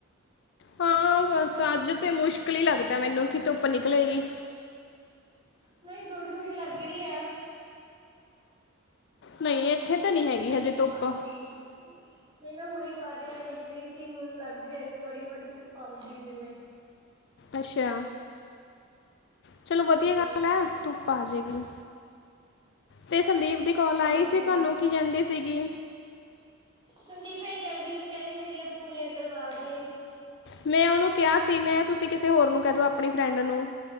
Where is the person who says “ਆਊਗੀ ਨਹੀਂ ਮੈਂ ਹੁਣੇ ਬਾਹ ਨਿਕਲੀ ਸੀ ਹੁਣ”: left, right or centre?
Right